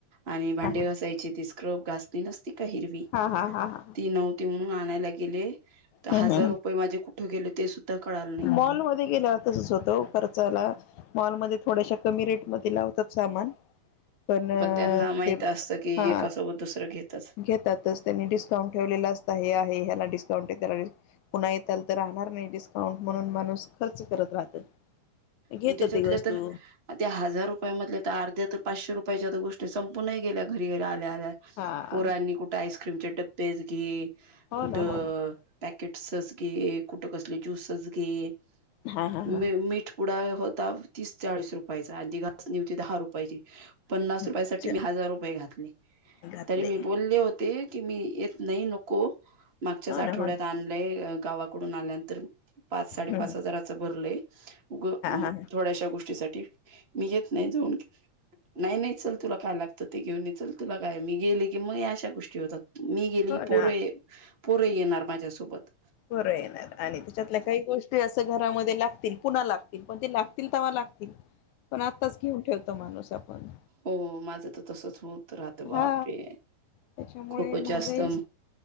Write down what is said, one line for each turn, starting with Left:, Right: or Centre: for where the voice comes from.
Right: आणि भांडे
Left: हा हा
Right: घासायचे तीस क्रप-गासणी नसती का हिरवी.
Left: हा, हा, हा, हा.
Right: ती नव्हती म्हणून आणायला गेले, तर
Left: ह
Right: हजार रुपये माझे कुठे गेले ते सुद्धा कळाल नाही.
Left: मॉलमध्ये गेल्यावर तसच होतो, खर्चायला. मॉलमध्ये थोड्याशा कमी रेटमध्ये लावतात सामान पण
Right: त्यांना माहित
Left: तेच
Right: असतं की
Left: हा.
Right: एकासोबत दुसरं घेतच.
Left: घेतातच त्यांनी डिस्काउंट ठेवलेलं असत, हे आहे ह्याला डिस्काउंट त्याला पुन्हा येताल तर राहणार नाही डिस्काउंट, म्हणून माणूस खर्च करत राहत. घेतो
Right: पण त्याच्यातल्या
Left: ते वस्तू.
Right: तर त्या हजार रुपया मधल्या तर अर्ध्या तर पाचशे रुपयाच्या तर गोष्टी संपूूनही गेल्या घरीे आल्या- आल्या.
Left: हा
Right: पोरांनी कुठे आईस्क्रीमचे डबेच घे,
Left: हो
Right: कुठं
Left: ना हो ना
Right: पॅकेट्स घे, कुठ कसले ज्युसेस घे,
Left: हा हा
Right: म
Left: हा
Right: मीठ पुढा होता, तीस चाळीस रुपये. आधी घासनी होती दहा रुपयाची, पन्नास
Left: हा
Right: रुपया सामान साठी मी हजार रुपये घातले.
Left: घातले.
Right: तरी मी बोलले होते, की मी येत नाही नको, मागच्याच
Left: हो
Right: आठवड्यात
Left: ना हो ना
Right: आण गावाकडून आल्यानंतर, पाच -साडेपाच
Left: हा
Right: हजाराच भरलंय. उग,
Left: हा
Right: थोड्याशा गोष्टीसाठी, मी येत नाही जाऊन घे. नाही, नाही चल तुला काय लागतं ते घेऊन ये, चल तुला काय. मी गेले की मग अशा गोष्टी होतात. मी गेली
Left: हो
Right: पोर,
Left: ना
Right: पोर येणार माझ्यासोबत.
Left: पोरं येणार आणि त्याच्यातल्या काही गोष्टी ते असं घरामध्ये लागतील, पुन्हा लागतील पण ते लागतील तेवा लागतील, पण आत्ताच घेऊन ठेवत आता माणूस आपण.
Right: हो, माझं तर तसच होत राहतं बापरे,
Left: हा त्याच्यामुळे
Right: खूपच
Left: महागाई
Right: जास्त